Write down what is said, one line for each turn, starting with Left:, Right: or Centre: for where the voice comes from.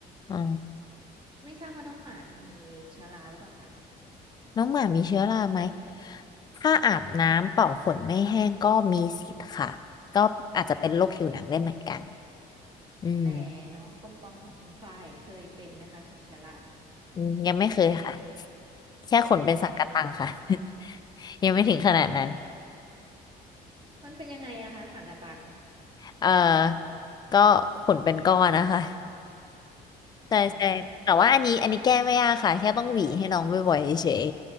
Left: อ๋อ
Right: ไม่ทราบว่าน้องหมาจะมีเชื้อราหรือเปล่าคะ
Left: น้องหมามีเชื้อราไหมถ้าอาบน้ำเป่าขนไม่แห้งก็มีสิทธิ์ค่ะ ก็อาจจะเป็นโรคผิวหนังได้เหมือนกันอืม
Right: แต่น้องปอมปอมของคุณฝ้ายเคยเป็นไหมคะเชื้อรา
Left: อืมยังไม่เคยค่ะแค่ขนเป็นสังกะตังค่ะ
Right: อืม
Left: <laughs> ยังไม่ถึงขนาดนั้น
Right: มันเป็นยังไงอะคะสังกะตัง
Left: เอ่อก็ขนเป็นก้อนนะคะใช่ใช่แต่ว่าอันนี้อันนี้แก้ไม่ยากค่ะแค่ต้องหวีให้น้องบ่อยๆเฉย
Right: อ๋อ